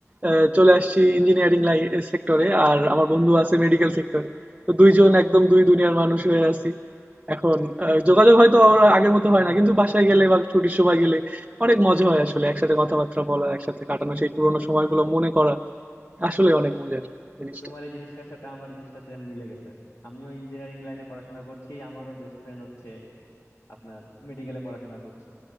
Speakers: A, on the right; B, on the left.
A: আহ, চলে আসছি ইঞ্জিনিয়ারিং লাইন সেক্টরে আর আমার বন্ধু আছে মেডিকেল সেক্টরে তো দুইজন একদম দুই দুনিয়ার মানুষ হয়ে আছি এখন আহ, যোগাযোগ হয়তো আর আগের মতো হয়
B: হ্যাঁ
A: না কিন্তু বাসায় গেলে বা ছুটির সময় গেলে অনেক মজা হয় আসলে একসাথে কথাবার্তা বলা একসাথে কাটানো সেই পুরোনো সময়গুলো মনে করা আসলে অনেক মজার জিনিসটা
B: তোমার এই জিনিসটার সাথে আমার জিনিসটা সেম মিলে গেছে আমিও ইঞ্জিনিয়ারিং লাইনে পড়াশোনা করছি আমারও বেস্ট ফ্রেন্ড হচ্ছে আপনার মেডিকেলে পড়াশোনা করছে